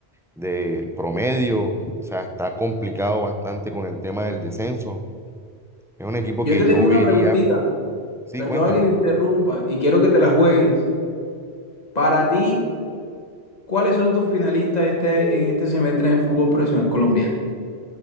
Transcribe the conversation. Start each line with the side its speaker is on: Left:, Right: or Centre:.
Centre: del promedio, o sea, está complicado bastante con el tema del descenso. Es un equipo
Left: Yo
Centre: que
Left: te
Centre: yo
Left: tengo una
Centre: vería,
Left: preguntita,
Centre: sí,
Left: perdona
Centre: cuéntame.
Left: que te interrumpa, y quiero que te la juegues. Para ti, ¿cuáles son tus finalistas este, en este semestre en el fútbol profesional colombiano?